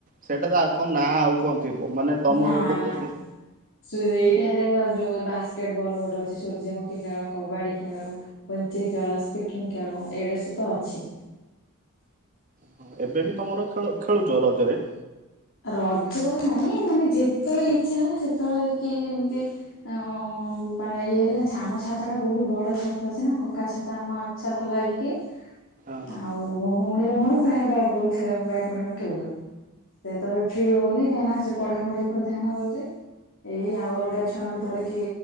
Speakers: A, on the right; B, on the left.
A: ସେଇଟା ଆଉ କଣ ନାଁ ଆଉ କଣ ଥ ଥିବ ମାନେ ତମର
B: ନା
A: କହୁଛ
B: ନା। ସେଇଠା ଦେଖ ଯୋଉ ବାସ୍କେଟବଲ୍ ଗୋଟେ ଅଛି ସୂର୍ଯ୍ୟମୁଖୀ ଖେଳ କବାଡ଼ି ଖେଳ। ପୁଞ୍ଚି ଖେଳ ସ୍ପିକିଂ ଖେଳ ଏଇଡା ସବୁ ଅଛି।
A: ହଁ ଏବେ ବି ତମର ଖେଳ ଖେଳୁଛ ରଜରେ?
B: ରଜରେ ନାଇଁ ମାନେ ଯେତେବେଳେ ଇଚ୍ଛା ହେଲା ସେତେବେଳେ କି ଏମତି ଅ ମାନେ ଇଏ ହେଲେ ଛାମ ଛାତ ଟା ବହୁତ ବଡ ଛା ତ ଅଛି ନା କକା ଛାତ ଆମ ଛାତ ଲାଗିକି
A: ହଁ ହଁ
B: ଆଉ ମୋ ଭଉଣୀର ମୋର ପ୍ରାୟ ବ୍ୟାଟବଲ ଖେଳ ବ୍ୟାଡମିଣ୍ଟନ ଖେଳଦଉ। ସେତ ଏବେ ଫ୍ରି ହଉନି କାହିଁକିନା ସେ ପଢା ପଢି ଉପରେ ଧ୍ୟାନ ଦଉଚି। ଏଇ ଆଉ ଅଲଗା ଛୁଆଙ୍କୁ ଧରିକି